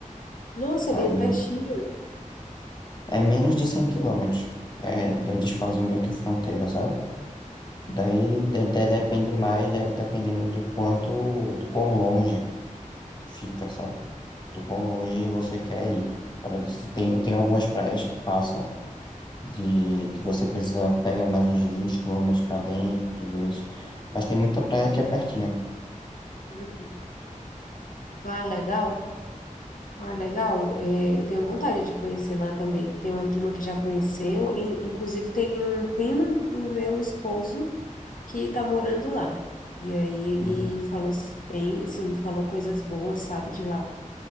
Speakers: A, on the left; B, on the left.
A: nossa,
B: Aí
A: é bem pertinho.
B: é menos de 100 quilômetros. É, eles fazem meio que fronteira, sabe? Daí de- de-
A: Uhum.
B: depende mais, de- dependendo de quanto, de quão longe fica, sabe? do quão longe você quer ir. Por exemplo, se tem, tem algumas praias que passam de que você precisa pegar mais uns vinte quilômetros para dentro, tudo isso. Mas tem muita praia que é pertinha.
A: Uhum. Ah, legal. Ah, legal. É, eu tenho vontade de conhecer lá também. Tem uma prima que já conheceu. in- Inclusive, tem um primo do meu esposo que tá morando lá. E aí ele
B: Uhum.
A: falou s- bem, assim, falou coisas boas, sabe, de lá.